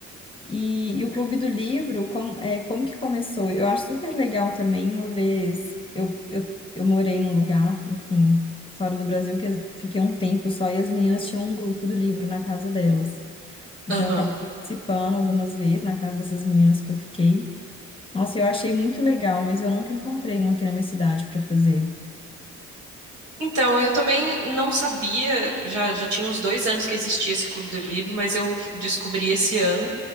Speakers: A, on the left; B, on the right.
A: E, e o Clube do Livro, como, é, como que começou? Eu acho super legal também, uma vez eu, eu, eu morei num lugar, enfim, fora do Brasil, que as- fiquei um tempo só, e as meninas tinham um grupo do livro na casa delas. Então
B: Aham.
A: eu acabei participando algumas vezes na casa dessas meninas que eu fiquei. Nossa, eu achei muito legal, mas eu nunca encontrei um aqui na minha cidade para fazer.
B: Então, eu também não sabia, já, já tinha uns dois anos que existia esse Clube do Livro, mas eu descobri esse ano.